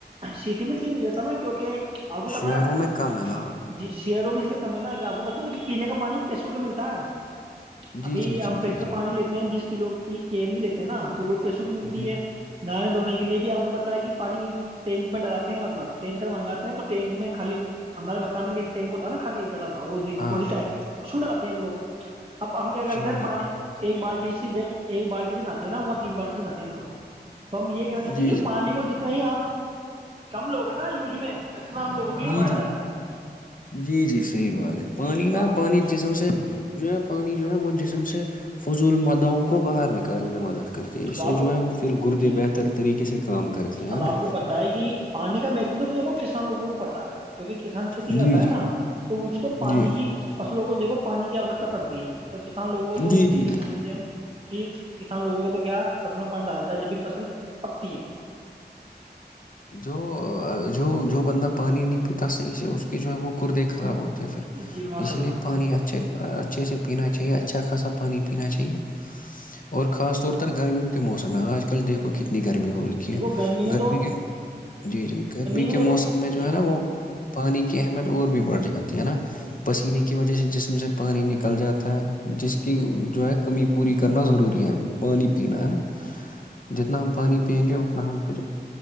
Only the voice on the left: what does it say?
شہروں
میں کم ہاں
جی
جی جی
جی
جی
جی
ہاں
جی
جی
جی
جی
جی
جی جی صحیح بات ہے پانی
پنا
پانی جسم سے جو ہے پانی جو ہے وہ جسم سے فضول ماداوں کو باہر نک کال میں مدد کرتی ہے اسے
جو ہے وہ پھر گردے
بہتر طریقے سے کام کرتے ہیں ہے
نا
جی
جی
جی
جی
جی
جو جو جو بندہ پانی نہیں پیتا صحیح سے اس کی جو ہے وہ کردے خراب ہوتے پھر
اس
لیے پانی اچھے اچھے سے پینا چاہیے اچھا خاصا پانی نا چاہیے اور خاص طور پر گرمیوں کے موسم میں آج کل دیکھو کتنی گرمی ہو کینہ
گرمی
کے جی جی گرمی
کے
موسم میں جو
ہے نا وہ پانی کی اہمیت اور بھی بڑھ جاتی ہے نا پسینے کی وجہ سے جسم سے پانی نکل جاتا ہے جس
کی جو ہے کمی پوری کرنا ضروری ہے
پانی پین ہے نا جتنا ہم پانی پیئیں گے اتنا ہم پھر